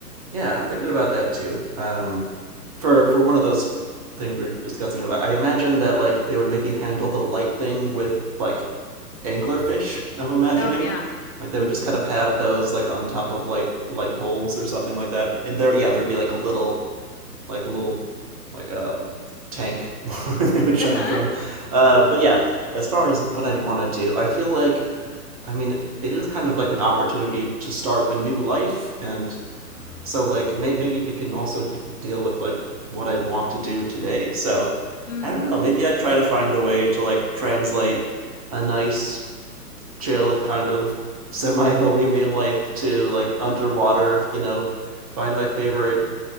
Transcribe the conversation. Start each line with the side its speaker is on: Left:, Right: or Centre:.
Right: Yeah, I'm thinking about that too. Um, for for one of those things we were discussing, I imagine that like they would maybe handle the light thing with like anglerfish. I'm imagining
Left: Oh, yeah.
Right: like they would
Left: Mm-hmm.
Right: just kind of have
Left: <laughs>
Right: those like on top of like light poles or something like that. And there, yeah, there'd be like a little like a little like um tank <laughs> where they would shine
Left: Uh-huh.
Right: from. Uh, but yeah, as far as what I'd want to do, I feel like, I mean, it is kind of like an opportunity to start a new life, and so like may- maybe it can also d- deal with like what I'd want to do today. So
Left: Mm.
Right: I don't know. Maybe I'd try to find a way to like translate a nice, chill kind of semi-bohemian life to like underwater. You know, find my favorite